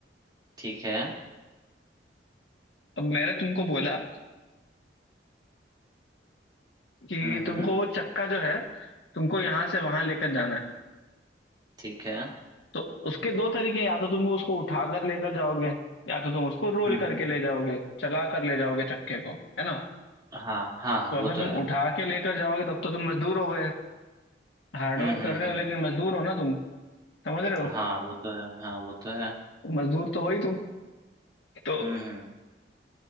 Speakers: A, on the right (about 25°); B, on the left (about 80°).
A: ठीक है
B: अब मैंने तुमको बोला कि
A: हम्म हम्म
B: तुमको वो चक्का जो है तुमको यहाँ से वहां लेकर जाना है
A: ठीक है हम्म
B: तो उसके दो तरीके हैं, या तो तुम उसको उठा कर लेकर जाओगे या तो तुम उसको रोल
A: हम्म
B: करके ले जाओगे चला कर ले जाओगे चक्के को है ना
A: हाँ हाँ हाँ
B: तो
A: वो
B: अगर
A: तो
B: तुम
A: है
B: उठा के लेकर जाओगे तब तो तुम मजदूर हो गए हार्डवर्क
A: हम्म हम्म
B: कर रहे
A: हम्म
B: हो लेकिन मजदूर हो ना तुम समझ रहे हो
A: हाँ वो तो है हाँ वो तो है
B: मजदूर तो हो ही तुम तो
A: हम्म हम्म